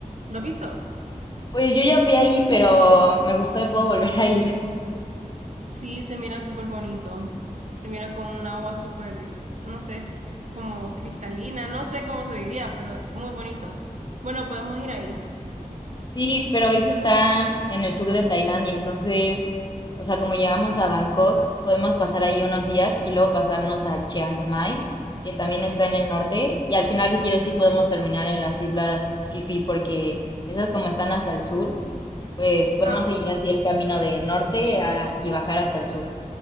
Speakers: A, on the right; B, on the left.
A: ¿lo has visto?
B: pues yo ya fui ahí, pero me gustó y puedo volver a ir.
A: Sí, se mira súper bonito. Se mira con un agua súper, no sé, como cristalina, no sé cómo se diría, pero muy bonito. Bueno, podemos ir ahí.
B: Sí, pero es que está en el sur de Tailandia, entonces, o sea, como llegamos a Bangkok, podemos pasar ahí unos días y luego pasarnos a Chiang Mai, que también está en el norte, y al final, si quieres, sí podemos terminar en las islas Fifi, porque esas como están hasta el sur, pues podemos
A: Ah,
B: seguir así el camino de norte a- y bajar hasta el sur.